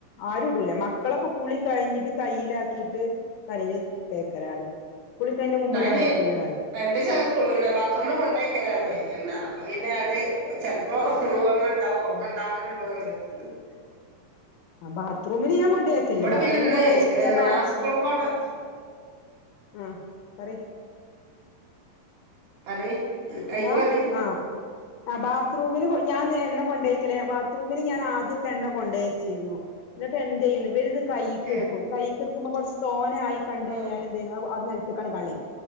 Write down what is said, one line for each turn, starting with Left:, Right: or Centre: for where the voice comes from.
Left: ആരുടൂല മക്കളൊക്കെ കുളി കഴിഞ്ഞിട്ട് കയ്യിലാക്കിട്ട് തലേല് തേക്കലാണ് കുളിക്കഴിഞ്ഞ മുമ്പ്
Right: തന്നെ
Left: ഇടാൻ പറ്റൂല പറയും
Right: രണ്ടീസായി കുളിപിന്നെ ബാത്റൂമി കൊണ്ടക്കലാന് എണ്ണ പിന്നെ അത് പ്പോ ഓർമണ്ടാവും ഓർമ്മണ്ടാവുമ്പോണ്ട് <unintelligible>
Left: ആ ബാത്ത്റൂം <unintelligible> ഞാൻ കൊണ്ടോയിക്കല്ലേ
Right: ഇവിടെ
Left: ബാത്റൂമി
Right: പിന്നെ
Left: കൊണ്ടേയച്ചിട്ട് ഞാൻ
Right: ഇന്ന്
Left: ബാത്ത്
Right: സ്കൂൾക്കോടെ
Left: ഉം ആ പറെ
Right: പറേ ഉം
Left: ഹലോ
Right: അ ഇയ്യ് പറേ
Left: ആഹ് ആ ബാത്റൂമിൽ പോയി ഞാന്ന് ദേഎണ്ണ കൊണ്ടയ്ക്കലേ ബാ റൂമിൽ ഞാൻ ആദ്യംഒക്കെ എണ്ണ കൊണ്ടെച്ചിരുന്നു എന്നിട്ട് എദെയ്‌ൻ ഇവർ കയ്യ്ക്ക്
Right: ഏഹ്
Left: ഇട്ക്കും കയ്യ്ക്ക് ഇട് ഇട്കുമ്പോ കൊറച്ചു തോനെ ആയി കണ്ട് കഴിഞ്ഞാൽ
Right: ആഹ്
Left: എന്ത് ചെയ്യും അത് നെലത്ത്ക്ക് നിലത്ത്ക്ക്ആണ്ട് കളീം